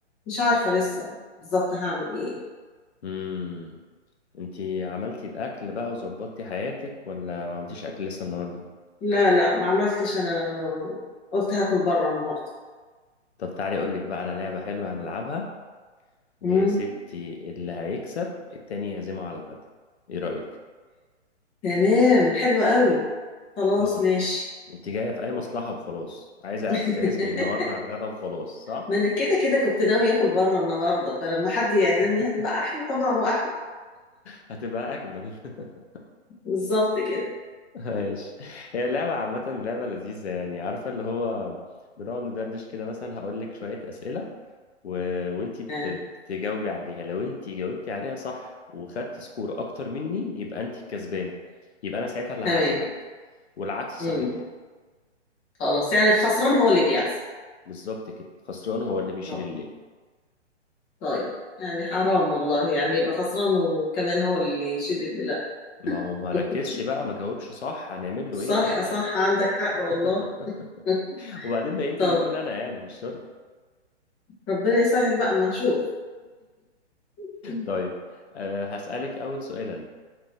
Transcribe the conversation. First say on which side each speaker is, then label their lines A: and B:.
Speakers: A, on the left; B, on the left.
A: مش عارفه لسه بالظبط هعمل ايه
B: امم انتي عملتي الاكل بقى وظبطتي حياتك ولا ما عملتيش اكل لسه النهاردة؟
A: لا لا ما عملتش انا قلت هاكل بره النهارده
B: طب تعالي اقولك بقى على لعبة حلوة هنلعبها ويا
A: مم.
B: ستي اللي هيكسب التاني يعزمه على الغدا ايه رأيك؟
A: تمام حلوه قوي خلاص
B: اه
A: ماشي
B: انت جاية في اي مصلحة وخلاص عايزة
A: <laughs>
B: تتعزمي النهاردة على الغدا وخلاص صح؟
A: ما انا كده كده كنت ناوي اكل بره النهارده فلما حد يعزمني
B: <laughs>
A: هتبقى احلى طبعا واحلى
B: هتبقى اجمل <laughs>
A: بالظبط كده
B: <laughs> ماشي هي اللعبة عامة لعبة لذيذة يعني عارفة اللي هو بنقعد ندردش كده مثلا هقول لك شوية أسئلة و... وانتي ت...
A: آه.
B: تجاوبي عليها لو انتي جاوبتي عليها صح وخدتي سكور أكتر مني يبقى انتي الكسبانة يبقى أنا ساعتها اللي
A: تمام
B: هعزمك والعكس
A: امم
B: صحيح
A: خلاص يعني الخسران هو اللي بيعزم
B: بالظبط كده خسران هو اللي بيشيل
A: طب
B: الليل
A: طيب يعني حرام والله يعني يبقى خسران وكمان هو اللي يشيل اللي لا
B: ما هو ما
A: <laughs>
B: ركزش بقى ما جاوبش صح هنعمل له
A: صح
B: ايه بقى
A: صح عندك حق
B: <laughs>
A: والله <laughs>
B: وبعدين ما يمكن
A: طب
B: يكون انا يعني مش شرط
A: ربنا يسهل بقى اما نشوف <clears throat>
B: طيب أه هسألك أول سؤالا